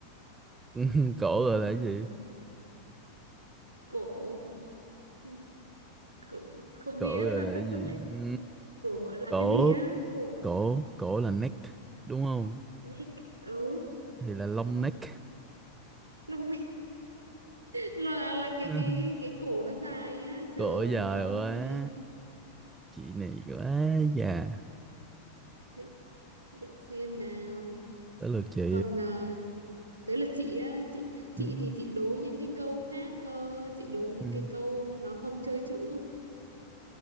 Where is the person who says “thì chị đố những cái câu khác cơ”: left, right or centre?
Right